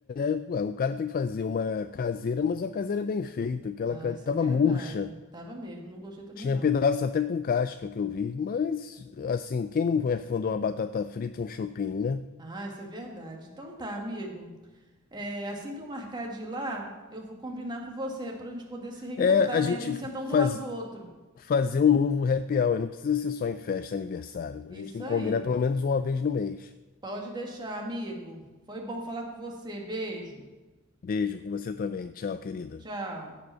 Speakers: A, on the left; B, on the right.
A: é, ué, o cara tem que fazer uma caseira, mas uma caseira bem feita. Aquela
B: Ah,
A: ca-
B: isso
A: tava
B: é verdade.
A: murcha,
B: Tava mesmo. Não gostei também,
A: tinha
B: não.
A: pedaço até com casca que eu vi. Mas assim, quem não é fã de uma batata frita, um chopinho, né?
B: Ah, isso é verdade. Então tá, amigo. É, assim que eu marcar de ir lá, eu vou combinar com você pra gente poder se reencontrar,
A: É a
B: né?
A: gente
B: A gente sentar um
A: faz,
B: do lado do outro.
A: fazer um novo happy hour. Não precisa ser só em festa, aniversário.
B: Isso
A: A gente tem
B: aí.
A: que combinar pelo menos uma vez no mês.
B: Pode deixar, amigo. Foi bom falar com você. Beijo.
A: Beijo com você também. Tchau, querida.
B: Tchau.